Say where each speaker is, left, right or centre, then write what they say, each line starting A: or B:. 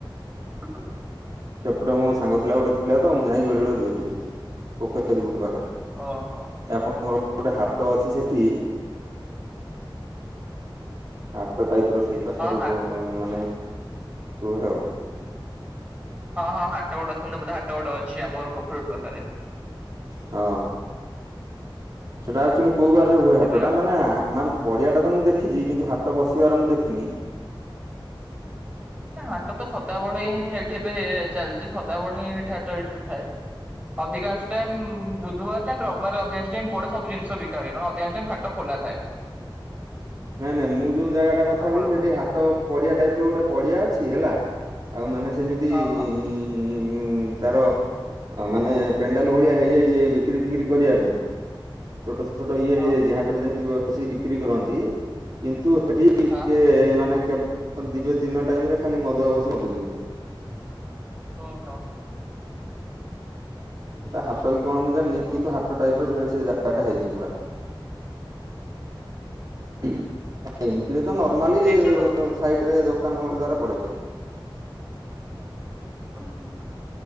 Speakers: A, on the right; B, on the right.
A: ହଁ।
B: ସେପଟେ ମୋ ସାଙ୍ଗ ପିଲା ଗୋଟେ ଥିଲା
A: ଓହୋ
B: ତ ମୁଁ ଯାଇକ ବେଳେ ବେଳେ ରୁହେ ସେଠି ପୋଖରୀପୁଟ ପାଖେ।
A: ଓହୋ
B: ଆପଣଙ୍କର ଗୋଟେ ହାଟ
A: ହଁ
B: ଅଛି ସେଠି। ହାଟ ଟାଇପ ର ସେଇ ପାଖରେ
A: ହଁ
B: ମାନେ ରୁହେ ଆଉ।
A: ହଁ ହଁ ହାଟ ଗୋଡ ଅଛନ୍ତି ବୋଧେ ହାଟ ଗୋଟେ ଅଛି ଆମର ପୋଖରୀ ପୁଟ ପାଖରେ।
B: ହଁ ସେଟା ଆକଚୁଲି କୋଉ ବାରରେ ହୁଏ ହାଟଟା
A: ଏବେ ଆଉ
B: ମାନେ ମାନେ ପଡିଆଟା ତ ମୁଁ ଦେଖିଚି କିନ୍ତୁ ହା ଟ ବସିବାର ମୁଁ ଦେଖିନି।
A: ନା ହାଟ ତ ସଦାବେଳେ ହିଁ ହେଇଠି ଏବେ ଚାଲିଛି ସଦାବେଳେ ହିଁ ହେଇଠି ହାଟ ହେଇଠି ଥାଏ। ଅଧିକାଂଶ ଟାଇମ ବୁଧବାର ନଲେ ରବିବାର ଅଧିକାଂଶ ଟାଇମ ପଡେ ସବୁ ଜିନିଷ ବିକା ହୁଏ ନଲେ ଅଧିକାଂଶ ହାଟ ଫାଟ ଖୋ ଖୋଲା ଥାଏ।
B: ନାଇଁ ନାଇଁ ମୁଁ ଯୋଉ ଜାଗା ଟା କଥା
A: ସବୁବେଳେ
B: କହୁଛି
A: ଆମର
B: ସେଠି ହାଟ ପଡ଼ିଆ ଟାଇପ୍ ର ଗୋଟେ ପଡ଼ିଆ ଅଛି ହେଲା ଆଉ ମାନେ ସେମିତି
A: ହଁ ହଁ
B: ଉ ତାର ମାନେ ପେଣ୍ଡାଲ ଭଳିଆ ହେଇଯାଇଛି ବିକ୍ରି ଫିକ୍ରି କରିବା ପାଇଁ। ଛୋଟସ ଛୋଟ ଇଏ
A: ହଁ
B: ହେଇଯାଇଚି ହାଟରେ ଯେମିତି‌ ବସିକି ବିକ୍ରି କରନ୍ତି କିନ୍ତୁ ସେଠି ଟିକେ
A: ହଁ
B: ମାନେ କେବଳ ଦିବେ ଦିନ ଟାଇମରେ ଖାଲି ମଦୁଆ ବସି ମଦ ପିଉଥିବେ।
A: ଅ ହୋ।
B: ସେଇା ହାଟ କି କଣ ମୁଁ ଜାଣିନି
A: ଓହୋ
B: କିନ୍ତୁ ହାଟ ଟାଇପ ର ସେଟ ସେ ଜାଗା ଟା ହେଇଛି ପୁରା <unintelligible> ଏବେ ତ ନର୍ମାଲି
A: ହେଇଥିବ ଆଉ।
B: ସାଇଟରେ ଦୋକାନ ବଜାର ପଡେ।
A: <unintelligible>